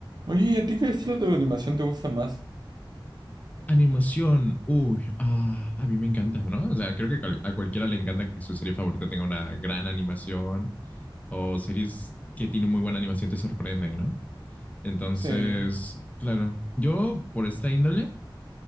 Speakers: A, on the right; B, on the left.
A: Oye, ¿y a ti qué estilo de animación te gusta más?
B: Animación, uy, ah, a mí me encanta, ¿no? O sea, creo que cal- a cualquiera le encanta que su serie favorita tenga una gran animación o series que tienen muy buena animación te sorprenden, ¿no? Entonces,
A: Sí.
B: claro, yo por esta índole,